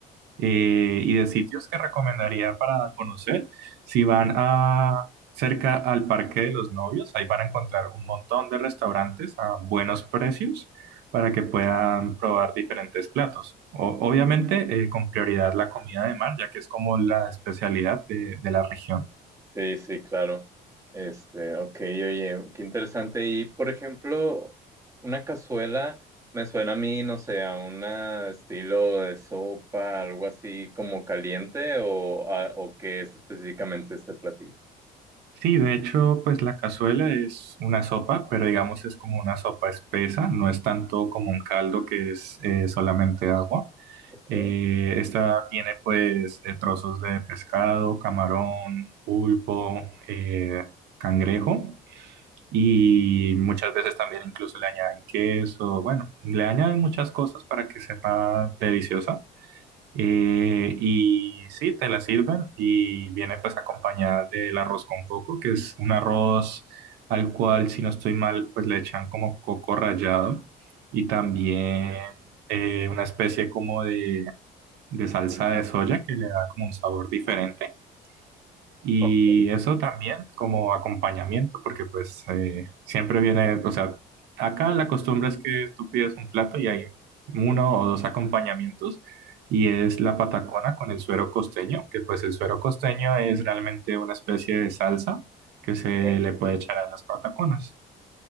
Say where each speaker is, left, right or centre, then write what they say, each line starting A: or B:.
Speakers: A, on the right; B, on the right.
A: eh, y de sitios que recomendaría para conocer. Si van a cerca al Parque de los Novios, ahí van a encontrar un montón de restaurantes a buenos precios para que puedan probar diferentes platos. O- obviamente, eh, con prioridad la comida de mar, ya que es como la especialidad de, de la región.
B: Sí, sí, claro. Este, ok, oye, qué interesante. Y, por ejemplo, una cazuela me suena a mí, no sé, a un estilo de sopa, algo así como caliente o, a- o qué es específicamente este platillo.
A: Sí, de hecho, pues la cazuela es una sopa, pero digamos es como una sopa espesa, no es tanto como un caldo que es eh, solamente agua.
B: Ok,
A: Eh, esta tiene pues eh, trozos de pescado, camarón, pulpo, eh, cangrejo y muchas veces también incluso le añaden queso, bueno, le añaden muchas cosas para que sepa deliciosa. Eh, y sí, te la sirven y viene pues acompañada del arroz con coco, que es un arroz al cual si no estoy mal pues le echan como coco rallado y también eh, una especie como de de salsa de soya que le da como un sabor diferente. Y
B: Ok.
A: eso también como acompañamiento, porque pues eh, siempre viene, o sea, acá la costumbre es que tú pides un plato y hay uno o dos acompañamientos, y es la patacona con el suero costeño, que pues el suero costeño es realmente una especie de salsa que se
B: ok,
A: le puede echar a las pataconas.